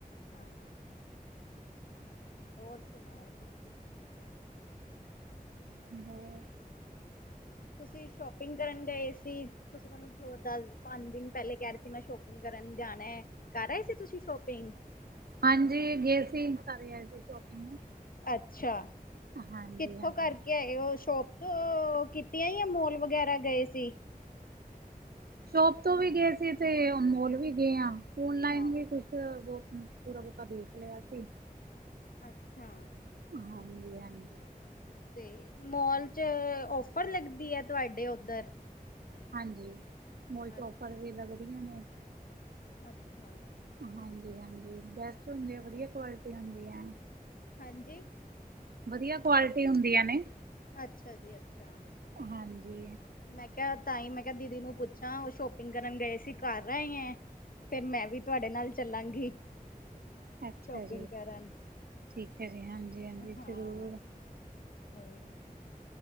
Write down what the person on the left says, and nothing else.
ਹਾਂ ਹੋਰ ਸੁਣਾਓ ਤੁਸੀਂ
ਤੁਸੀਂ ਸ਼ੋਪਿੰਗ ਕਰਨ ਗਏ ਸੀ ਤੁਸੀਂ ਮੈਨ ਦੋ ਦਸ ਪੰਜ ਦਿਨ ਪੈਲੇ ਕਹਿ ਰਏ ਸੀ ਮੈਂ ਸ਼ੋਪਿੰਗ ਕਰਨ ਜਾਣਾ ਹੈ ਕਰ ਰਏ ਸੀ ਤੁਸੀਂ ਸ਼ੋਪਿੰਗ
ਅੱਛਾ
ਕਿੱਥੋਂ
ਕਰਕੇ ਆਏ ਓ ਸ਼ੋਪ ਓ ਕੀਤੀਆਂ ਹੀ ਆ ਮੋਲ ਵਗੈਰਾ ਗਏ ਸੀ।
ਹਾਂ
ਅੱਛਾ
ਤੇ ਮੋਲ 'ਚ ਔਫਰ ਲੱਗਦੀ ਐ ਤੁਹਾਡੇ ਉੱਧਰ
ਅੱ
ਅੱਛਾ
ਹਾਂਜੀ
ਅੱਛਾ ਜੀ ਅੱਛਾ
ਮੈਂ ਕਿਆ ਤਾਂਹੀ ਮੈਂ ਕਿਆ ਦੀਦੀ ਨੂੰ ਪੁੱਛਾਂ ਉਹ ਸ਼ੋਪਿੰਗ ਕਰਨ ਗਏ ਸੀ ਕਰ ਰਏ ਐਂ। ਫਿਰ ਮੈਂ ਵੀ ਤੁਹਾਡੇ ਨਾਲ ਚੱਲਾਂਗੀ।
ਸ਼ੋਪਿੰਗ
ਕਰਨ
ਹਾਂ।
ਉਹੀ।